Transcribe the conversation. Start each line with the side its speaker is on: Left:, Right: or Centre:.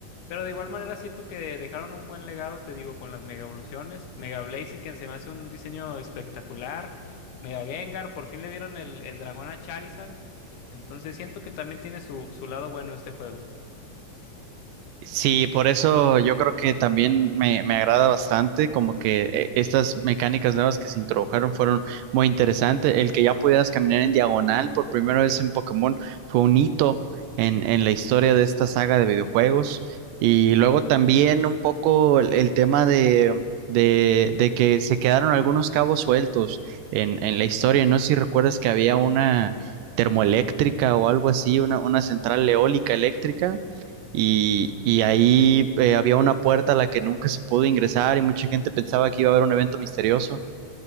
Left: Pero de igual manera siento que dejaron un buen legado, te digo, con las Mega Evoluciones. Mega Blaziken se me hace un diseño espectacular. Mega Gengar, por fin le dieron el, el dragón a Charizard. Entonces siento que también tiene su, su lado bueno este juego.
Right: Sí, por eso yo creo que también me, me agrada bastante, como que eh, estas mecánicas nuevas que se introdujeron fueron muy interesantes. El que ya pudieras caminar en diagonal por primera vez en Pokémon fue un hito en, en la historia de esta saga de videojuegos. Y luego también un poco el, el tema de, de, de que se quedaron algunos cabos sueltos en, en la historia. No sé si recuerdas que había una termoeléctrica o algo así, una, una central eólica eléctrica y, y ahí eh, había una puerta a la que nunca se pudo ingresar y mucha gente pensaba que iba a haber un evento misterioso.